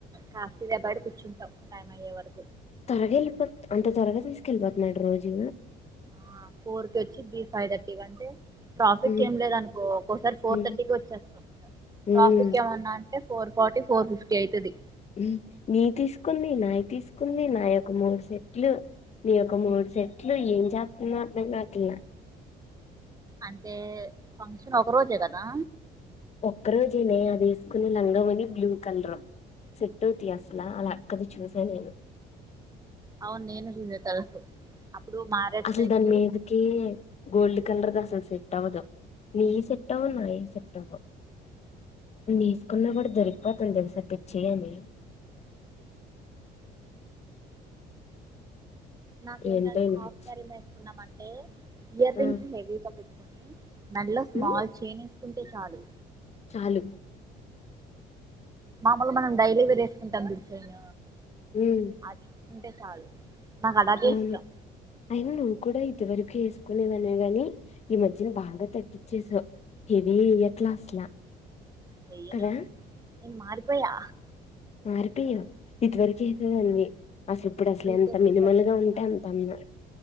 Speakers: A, on the right; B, on the left.
A: కాఫీ దెబ్బాడి కూర్చుంటాం టైం అయ్యే వరకు
B: త్వరగెల్లిపో అంటె త్వరగా తీస్కెళ్లిపోతున్నాడా రోజు
A: ఆ ఫోర్ కి వచ్చిద్ది ఫైవ్ థర్టీ కంటే ట్రాఫిక్
B: ఉహు
A: ఏం లేదనుకో ఒక్కోసారి ఫోర్
B: ఉ
A: థర్టీకి వచ్చేస్త ట్రాఫిక్
B: ఉమ్
A: ఏమన్నా అంటే ఫోర్ ఫార్టీ, ఫోర్ ఫిఫ్టీ అయితది
B: ఉమ్ నీతీసుకుంది నాయి తీసుకుంది నాయొక్క మూడు సెట్లు నీయొక మూడు సెట్లు ఏం చాత్తుందో అర్థం గాట్ల
A: అంటే ఫంక్షన్ ఒక రోజే గదా
B: ఒక్క రోజనే అది ఎస్కుంది లంగా వోని బ్లూ కలర్ సెట్ అవుతయాసలా ఆళ్లక్కది చూసా నేను
A: అవును నేను జూసా తెలుసు అప్పుడు మ్యారేజ్
B: అసల్
A: డేకి
B: దాని మీదకీ గోల్డ్ కలర్ది అసలు సెట్ అవ్వదు నీయ్యి సెట్ట్ అవ్వవు నాయి సెట్ దీస్కున్న గూడ దొరికిపోతది తెలుసా పిచ్చేయని <inaudible>
A: నాకేంటంటే
B: ఏంటో ఈని
A: హాఫ్
B: పిచ్చి
A: సారీ వేసుకుందామన్ ఇయర్
B: ఆ
A: రింగ్స్ హెవీ గ పెట్ మెడలో స్మాల్
B: ఉమ్
A: చైన్ వేసుకుంటే చాలు
B: చాలు
A: మామూలు మనం డైలీ వేర్ వేసుకుంటాం చూడు చైన్
B: ఉమ్
A: అది ఉంటే చాలు నాకు అలాగే
B: అవును
A: ఇష్టం
B: అయిన నువ్ కూడా ఇద్ ది వరకు ఏసుకునేదాన్నే గని ఈ మధ్యన బాగా తగ్గిచ్చేసా హెవీ ఎయ్యట్ల అస్లా
A: నేను
B: కదా
A: నేను మారిపోయా
B: మారిపోయవు ఇదివరకేసేదానివి అసలిప్పుడసలు
A: బీటెక్
B: ఎంత మినిమల్ గా ఉంటే అంత అన్నా